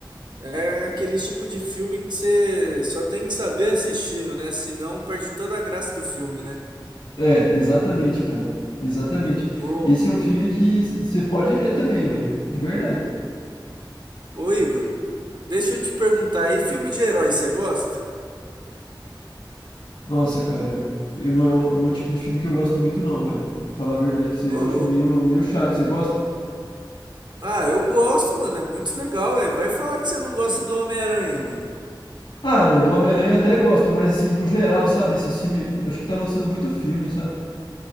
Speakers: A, on the right; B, on the left.
A: É aquele tipo de filme que você só tem que saber assistindo, né? Senão perde toda a graça do filme, né?
B: É, exatamente, cara. Exatamente.
A: Ô,
B: Esse é um filme que você pode ver também, velho. De verdade.
A: ô Igor, deixa eu te perguntar, aí, filme de herói, você gosta?
B: Nossa, cara, eu não é o, não é o tipo de filme que eu gosto muito, não, velho. Falar a verdade pra você,
A: Ô,
B: eu acho
A: louco.
B: meio, meio chato. Você gosta?
A: Ah, eu gosto, mano, é muito legal, velho. Vai falar que você não gosta do Homem-Aranha, mano.
B: Ah, não, do Homem-Aranha eu até gosto, mas assim, no geral, sabe? Esse filme, eu acho que tá lançando muito filme, sabe?